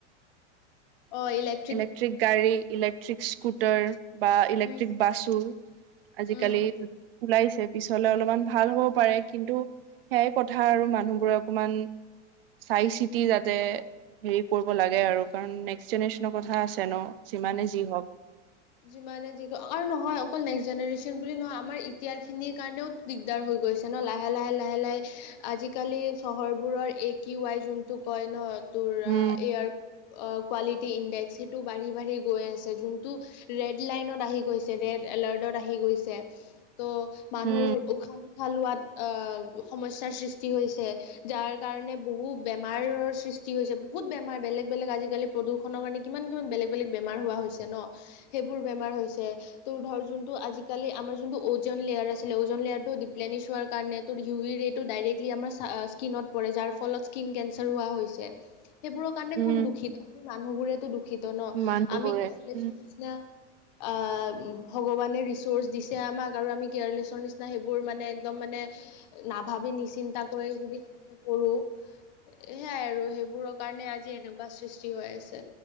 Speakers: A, on the left; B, on the right.
A: অ', ইলেক্ট্ৰনিক।
B: ইলেক্ট্ৰিক গাড়ী, ইলাক- ই্লেকট্ৰিক স্কুটাৰ বা ইলেক্ট্ৰিক
A: উম
B: বাছো, আজিকালি-
A: উম
B: ওলাইছে, পিছলে অলপমান ভাল হ'ব পাৰে কিন্তু। সেইয়াই কথা আৰু মানুহবোৰে অকমান। চাই চিতি যাতে হেৰি কৰিব লাগে আৰু কাৰণ নেক্স জেনেৰেচন- ন' কথা আছে ন' যিমানে যি হওক।
A: যিমানে যি আৰু নহয় অকল নেক্স জেনেৰেশ্যন বুলি নহয় আমাৰ এতিয়াৰ খিনিৰ কাৰণেও দিগদাৰ হৈ গৈছে ন' লাহে - লাহে - লাহে - লাহে আজিকালি চহৰবোৰৰ এক কি ৱায় যোনটো কয় ন' তোৰ
B: উম
A: এয়াৰ কোৱালিটি ইণ্ডেক্স সেইটো বাঢ়ি বাঢ়ি গৈ আছে যোনটো ৰেড লাইনত আহি গৈছে, ৰেড এলাৰ্টত আহি গৈছে। ত' মানুহৰ
B: উম
A: উশাহ নিশাহ লোৱাত আ, সমস্যাৰ সৃষ্টি হৈছে। যাৰ কাৰণে বহু বেমাৰৰ সৃষ্টি হৈছে, বহুত বেমাৰ, বেলেগ, বেলেগ আজিকালি প্ৰদূষণৰ কাৰণে কিমান কিমান বেলেগ বেলেগ বেমাৰ হোৱা হৈছে ন, সেইবোৰ বেমাৰ হৈছে তোৰ ধৰ যোনটো আজিকালি আমাৰ যোনটো ওজন লেয়াৰ আছিলে, ওজন লেয়াৰ টো দিপ্লেনিছ হোৱাৰ কাৰণে তোৰ ইউ ভি ৰেটো ডাইৰেক্টলি আমাৰ স্কীনত পৰে যাৰ ফলত স্কীন কেঞ্চাৰ হোৱা হৈছে। সেইবোৰৰ কাৰণে
B: উম
A: কোন দুখিত, আমি মানুহবোৰেতো দুখিত ন',
B: মানুহবোৰে
A: আমি কেৰলেছৰ
B: উম,
A: নিচিনা আ, ভগৱানে ৰিচ'ৰ্চ দিছে আমাক আৰু আমি কেয়াৰলেছৰ নিচিনা সেইবোৰ মানে একদম মানে নাভাবি নিচিন্তা কৰি যদি এনেকে কৰো হেয়াই আৰু হেইবোৰৰ কাৰণে আজি এনেকুৱা সৃষ্টি হৈ আছে।